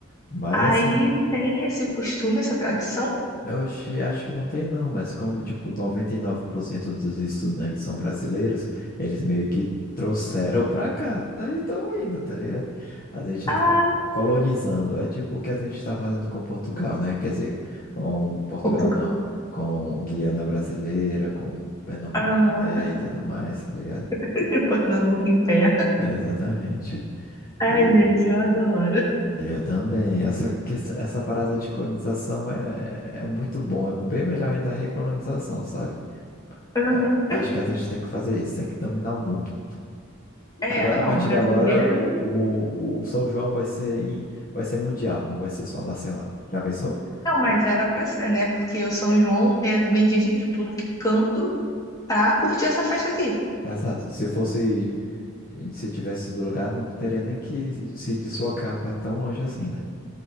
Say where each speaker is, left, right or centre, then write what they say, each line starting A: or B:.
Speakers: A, on the left; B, on the left.
A: Mas
B: Aí
A: assim,
B: tem esse costume, essa tradição?
A: Oxi, acho que não tem não, mas como tipo 99% dos estudantes são brasileiros, eles meio que trouxeram pra cá. Daí estão indo, tá ligado? A gente
B: Ah,
A: tá colonizando. É tipo o que a gente tá fazendo com Portugal, né? Quer dizer, com Portugal
B: Portugal.
A: não, com Guiana Brasileira, com Pernambuco
B: Aham.
A: em pé e tudo mais, tá ligado?
B: <laughs> Pernambuco em pé.
A: Exatamente.
B: Ai,
A: E
B: gente, eu adoro.
A: eu também. Essa, ques- essa parada de colonização é, é muito bom. É bem melhor ainda a recolonização, sabe?
B: Aham.
A: É, Acho que a gente tem que fazer isso, tem que dominar o mundo.
B: É,
A: Agora,
B: ah, não,
A: a partir
B: brasileiro.
A: de agora, o, o São João vai ser, em- vai ser mundial, não vai ser só nacional. Já pensou?
B: Não, mas
A: Ah,
B: era pra ser, né? Porque o São João é, vem gente de tudo que é canto pra curtir essa festa aqui.
A: Exato. Se fosse, se tivesse todo lugar, não teria nem que se deslocar para tão longe assim, né?